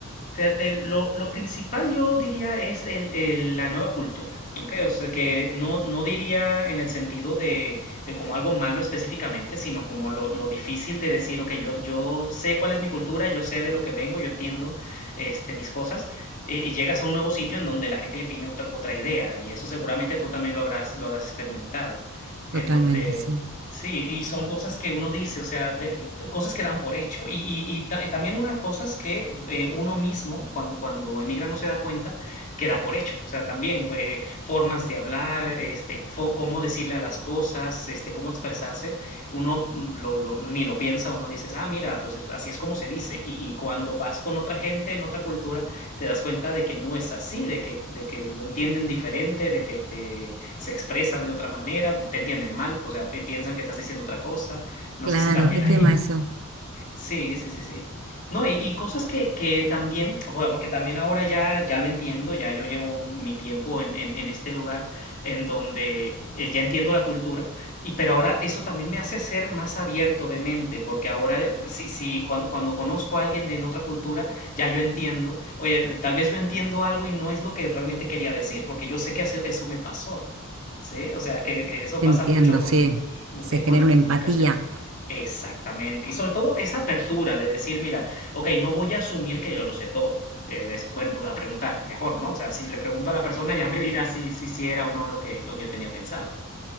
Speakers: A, on the left (about 35°); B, on the right (about 65°).
A: Fíjate, lo, lo principal yo diría es el- el- la nueva cultura, ¿ok? O sea, que no, no diría en el sentido de, de como algo malo específicamente, sino como lo, lo difícil de decir, ok, yo, yo sé cuál es mi cultura, yo sé de lo que vengo, yo entiendo este, mis cosas, eh, y llegas a un nuevo sitio en donde la gente ya tiene otra otra idea, y eso seguramente tú también lo habrás, lo habrás experimentado, en
B: Totalmente,
A: donde...
B: sí.
A: Sí, y son cosas que uno dice, o sea, de- de- cosas que dan por hecho. Y, y- y ta- y también unas cosas que eh, uno mismo, cuando, cuando emigra, no se da cuenta que da por hecho. O sea, también eh, formas de hablar, este, fo- cómo decirle a las cosas, este, cómo expresarse. Uno mm, lo, lo- ni lo piensa, uno dice, ah, mira, pues es- así es como se dice. Y, y cuando vas con otra gente en otra cultura, te das cuenta de que no es así, de que, de que lo entienden diferente, de que te se expresan de otra manera, te entienden mal, o sea, pi- piensan que estás diciendo otra cosa. No
B: Claro,
A: sé si también
B: qué
A: hay...
B: tema eso.
A: Sí, sí, sí, sí. No, y, y cosas que, que también, o sea, porque también ahora ya, ya lo entiendo, ya yo llevo mi tiempo en, en- en este lugar en donde eh, ya entiendo la cultura, y pero ahora eso también me hace ser más abierto de mente, porque ahora eh, sí, sí, cuando, cuando conozco a alguien de en otra cultura, ya yo entiendo, oye, tal vez yo entiendo algo y no es lo que realmente quería decir, porque yo sé que hace- eso me pasó. Sí, o sea, que, que eso
B: Entiendo,
A: pasa mucho con,
B: sí.
A: ¿sí?
B: Se genera
A: con la
B: una
A: comunicación.
B: empatía.
A: Exactamente. Y sobre todo esa apertura de decir, mira, ok, no voy a asumir que yo lo sé todo. Eh, es, bueno, voy a preguntar mejor, ¿no? O sea, si le pregunto a la persona ya me dirá si, si, si era o no lo que, lo que yo tenía pensado.